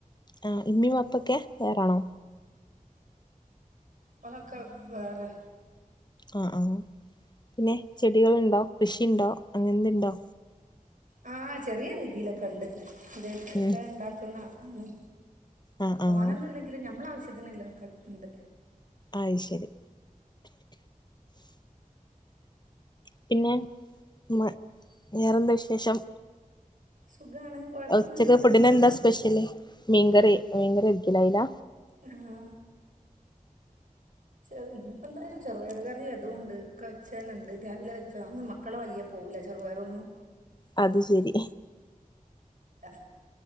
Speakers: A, on the left (about 30°); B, on the right (about 70°).
A: ആ ഇമ്മിം വാപ്പൊക്കെ വേറാണോ
B: ഓരൊക്കെ വേറെ
A: ആ ആ പിന്നെ ചെടികള്ണ്ടോ കൃഷിണ്ടോ അങ്ങനെന്തെണ്ടോ
B: ആ ചെറിയ രീതിയിലൊക്കെണ്ട് ഇത് ഒക്കെ
A: ഉം
B: ഇണ്ടാക്ക്ണ ആണ്
A: ആഹ്
B: തോനെഒന്ന്ല്ലെങ്കിലും
A: ആഹ്
B: ഞമ്മളാവശ്യത്തിന് ഇള്ളെ ഒക്കെ ഇണ്ട്
A: അയ് ശരി പിന്നെ മ് വേറെന്താ വിശേഷം
B: സുഖമാണ് കുഴപ്പമൊന്നുമില്ലാതെ
A: ഉച്ചക്ക് ഫുഡിനെന്താ
B: അങ്ങനെ പോണ്
A: സ്പെഷ്യല് മീൻകറി മീൻകറി ഒരിക്കലാവൂല
B: ആഹ് ച്ചെറ് ഇന്ന്പ്പെന്തായാലും ചെറുപയറ് കറി അതുംണ്ട് ഒക്കെ വെച്ചതന്നെണ്ട് രാവിലെ വെച്ചതാ അതൊന്നും മക്കളെ വഴിയെ പോവൂ ല ചെറുപയറൊന്നും
A: അത് ശരി
B: ആ